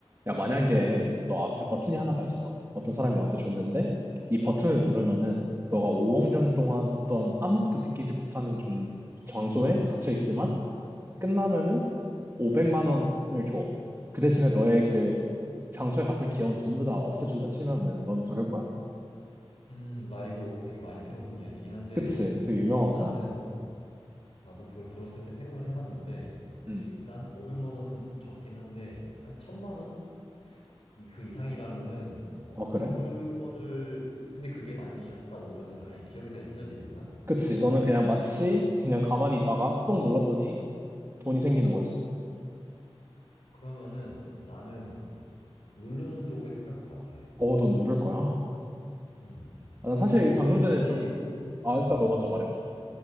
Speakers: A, on the right; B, on the left.
A: 야, 만약에 너 앞에 버튼이 하나가 있어. 어떤 사람이 너한테 줬는데, 이 버튼을 누르면은 너가 5억 년 동안 어떤 아무것도 느끼지 못하는 존, 장소에 갇혀 있지만, 끝나면은 500만 원을 줘. 그 대신에 너의 그 장소에 갔던 기억은 전부 다 없애준다 치면은 넌 누를 거야.
B: 음, 나 이거 되게 많이 들어본 이야기긴 한데,
A: 그치? 되게 유명한
B: 일단은,
A: 거야.
B: 나도 그걸 들었을 때 생각을 해봤는데,
A: 음
B: 일단 500만 원은 적긴 한데, 한 천만 원? 이- 그 이상이라면은, 어,
A: 어, 그래?
B: 누를 거를, 근데 그게 만약에 갔다 오면은 아예 기억이 다 잊어지는 거야?
A: 그치? 너는 그냥 마치 그냥 가만히 있다가 똥 눌렀더니 돈이 생기는 거지.
B: 그러면은 나는 누르는 쪽을 택할 것 같아.
A: 어, 넌 누를 거야.
B: 음,
A: 아, 난 사실
B: 왜냐면
A: 방금 전에
B: 사실,
A: 좀, 아,
B: 어,
A: 일단 너 먼저 말해봐.